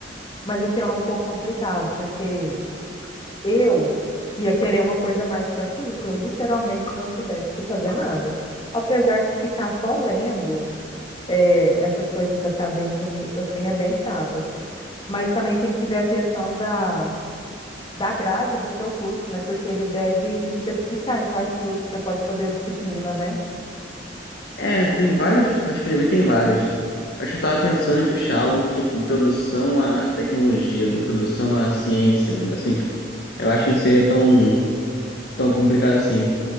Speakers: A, on the left; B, on the left.
A: mas assim, é um pouco complicado, porque eu ia querer uma coisa mais tranquila, que eu literalmente não tivesse que fazer nada. Apesar que ficar só lendo é, essas coisas acadêmicas, assim, é bem chatas. Mas também tem que ver a questão da da grade do seu curso, né? Porque ele deve especificar em quais cursos você pode fazer a disciplina, né?
B: É, tem vários, acho que já vi, tem vários. Acho que eu tava pensando em puxar algo tipo introdução à tecnologia, introdução à ciência, né? Assim, eu acho que não seria tão, tão complicado assim.